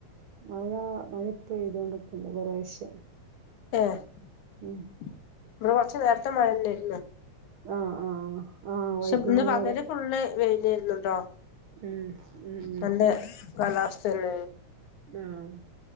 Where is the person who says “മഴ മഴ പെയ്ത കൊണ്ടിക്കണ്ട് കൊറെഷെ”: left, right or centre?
Right